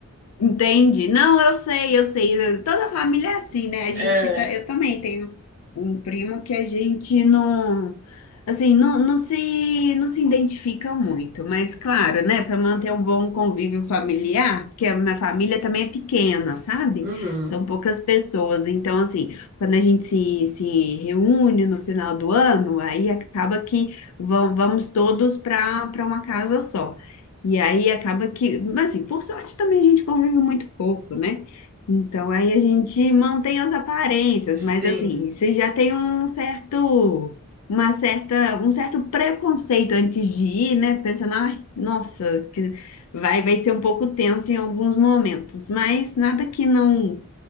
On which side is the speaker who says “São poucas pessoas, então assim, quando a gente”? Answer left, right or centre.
Left